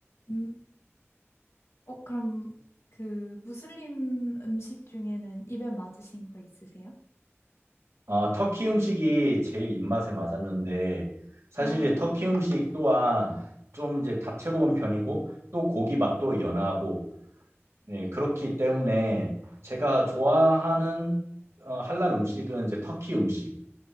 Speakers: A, on the left; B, on the right.
A: 음. 어, 그럼 그 무슬림 음식 중에는 입에 맞으신 거 있으세요?
B: 아, 터키 음식이 제일 입맛에 맞았는데 사실
A: 아
B: 이 터키 음식 또한 좀 이제 다채로운 편이고 또 고기 맛도 연하고 네, 그렇기 때문에 제가 좋아하는 어, 할랄 음식은 이제 터키 음식.